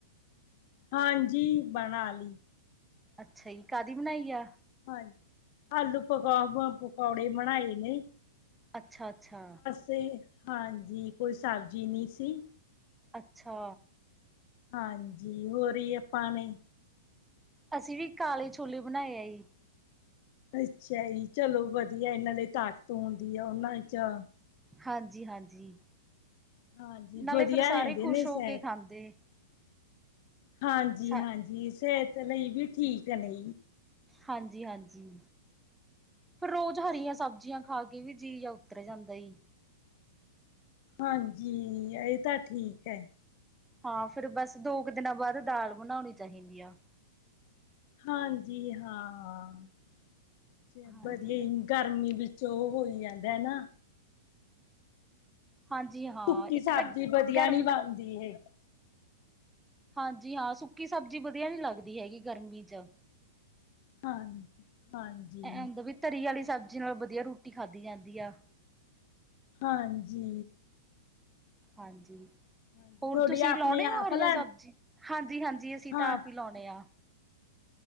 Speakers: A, on the left; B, in the centre.
A: ਹਾਂਜੀ, ਬਣਾ ਲੀ।
B: ਅੱਛਾਈ, ਕਾਦੀ ਬਨਾਈ ਆ?
A: ਹਾਂਜੀ, ਆਲੂ ਪਕੋ ਪਕੌੜੇ ਬਣਾਏ ਨੇ।
B: ਅੱਛਾ, ਅੱਛਾ।
A: ਤੇ, ਹਾਂਜੀ ਕੋਈ ਸਬਜੀ ਨੀ ਸੀ।
B: ਅੱਛਾ।
A: ਹਾਂਜੀ, ਹੋ ਜੀ ਆਪਾ ਨੇ
B: ਅਸੀ ਵੀ ਕਾਲੇ ਛੋਲੇ ਬਨਾਏ ਏ ਜੀ।
A: ਅੱਛਾ ਜੀ ਚਲੋ ਵਧੀਆ ਜੀ, ਨਾਲੇ ਤਾਕਤ ਹੁੰਦੀ ਐ ਓਨਾਂ ਚ
B: ਹਾਂਜੀ, ਹਾਂਜੀ
A: ਹਾਂਜੀ
B: ਨਾਲੇ
A: ਵਧੀਆ
B: ਫੇਰ ਸਾਰੇ
A: ਰਹਿੰਦੇ
B: ਖੁਸ਼
A: ਨੇ ਸਿਹਤ
B: ਹੋ ਕੇ ਖਾਂਦੇ।
A: ਹਾਂਜੀ,
B: ਸਾ
A: ਹਾਂਜੀ ਸਿਹਤ ਲਈ ਵੀ ਠੀਕ ਨੇ
B: ਹਾਂਜੀ, ਹਾਂਜੀ। ਫੇਰ ਰੋਜ ਹਰੀਆਂ ਸਬਜ਼ੀਆਂ ਖਾ ਕੇ ਵੀ ਜੀ ਉਤਰ ਜਾਂਦਾ ਈ।
A: ਹਾਂਜੀ, ਏ ਤਾਂ ਠੀਕ ਐ।
B: ਹਾਂ ਫੇਰ ਬਸ ਦੋ ਕ ਦਿਨਾ ਬਾਦ ਦਾਲ ਬਨਾਉਨੀ ਚਾਹੀਦੀ ਆ।
A: ਹਾਂਜੀ, ਹਾਂ <unintelligible>
B: ਹਾਂਜੀ ਹਾਂਜੀ।
A: ਗਰਮੀ ਵਿਚ ਓ ਹੋਈ ਜਾਂਦਾ ਨਾ।
B: ਹਾਂਜੀ ਹਾਂ
A: ਸੁੱਕੀ ਸਬਜ਼ੀ
B: ਇੱਕ ਤਾਂ
A: ਵਧੀਆ
B: ਗਰਮ
A: ਨੀ ਬਣਦੀ ਹੈਗੀ।
B: ਹਾਂਜੀ ਹਾਂ ਸੁੱਕੀ ਸਬਜ਼ੀ ਵਧੀਆ ਨੀ ਲੱਗਦੀ ਹੈਗੀ ਗਰਮੀ ਚ,
A: ਹਾਂਜੀ, ਹਾਂਜੀ,
B: ਐ ਹੁੰਦਾ ਵੀ ਤਰੀ ਵਾਲੀ ਸਬਜ਼ੀ ਨਾਲ ਵਧੀਆ ਰੋਟੀ ਖਾਧੀ ਜਾਂਦੀ ਆ।
A: ਹਾਂਜੀ,
B: ਹਾਂਜੀ
A: ਹਾਂਜੀ
B: ਹੋਰ
A: ਤੁਹਾਡੀ
B: ਤੁਸੀਂ
A: ਆਪਣੇ
B: ਲਾਉਣੇ
A: ਆਪ
B: ਹੋ, ਹਰੀਆਂ
A: ਲ
B: ਸਬਜ਼ੀ ਹਾਂਜੀ-ਹਾਂਜੀ, ਅਸੀਂ
A: ਹਾਂ
B: ਤਾਂ ਆਪ ਹੀ ਲਾਉਣੇ ਆ <unintelligible>